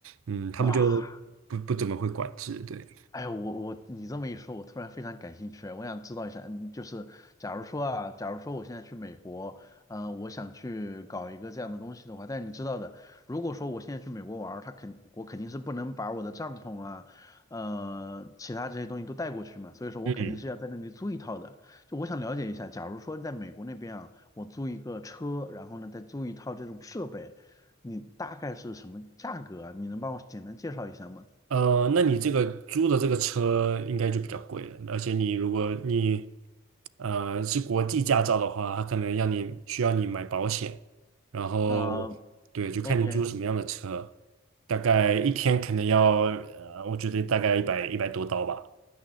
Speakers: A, on the right; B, on the left.
A: 嗯，他们就不不怎么会管制，
B: 哇，
A: 对，
B: 哎，我我你这么一说，我突然非常感兴趣啊，我想知道一下，嗯就是假如说啊，假如说我现在去美国，嗯、我想去搞一个这样的东西的话，但是你知道的，如果说我现在去美国玩儿，他肯我肯定是不能把我的帐篷啊，呃，其他这些东西都带过去嘛，所以说我肯定是要在那里租一套的。
A: 嗯。
B: 就我想了解一下，假如说在美国那边啊，我租一个车，然后呢再租一套这种设备，你大概是什么价格啊？你能帮我简单介绍一下吗？
A: 呃，那你这个租的这个车应该就比较贵了，而且你如果你呃是国际驾照的话，它可能要你需要你买保险，然后
B: 啊
A: 对，就看你租什么样的车，
B: ，OK，
A: 大概一天可能要呃，我觉得大概一百一百多刀吧，